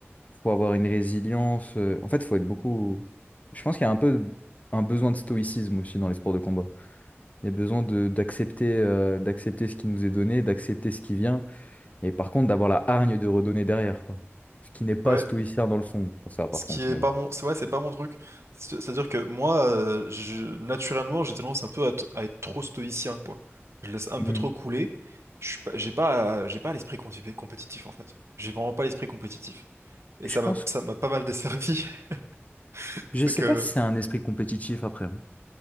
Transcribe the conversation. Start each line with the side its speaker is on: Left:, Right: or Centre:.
Left: Faut avoir une résilience. euh, En fait, faut être beaucoup. Je pense qu'il y a un peu un besoin de stoïcisme aussi dans les sports de combat. Il y a besoin de d'accepter euh, d'accepter ce qui nous est donné, d'accepter ce qui vient, et par contre d'avoir la hargne de redonner derrière, quoi. Ce qui n'est pas
Right: Ouais,
Left: stoïcien dans le fond, ça par
Right: Ce qui
Left: contre,
Right: est
Left: mais
Right: pas
Left: bon.
Right: mon, c'est ouais, c'est pas mon truc. C'est- C'est-à-dire que moi, euh, je, naturellement, j'ai tendance un peu à, t- à être trop stoïcien, quoi. Je laisse un
Left: Hmm.
Right: peu trop couler. Je suis pas, j'ai pas, j'ai pas l'esprit compé- compétitif, en fait. J'ai vraiment pas l'esprit compétitif. Et
Left: Je
Right: ça
Left: pense,
Right: m'a, ça m'a pas mal desservi. <laughs> C'est
Left: je sais
Right: que,
Left: pas si c'est un esprit compétitif après. hein.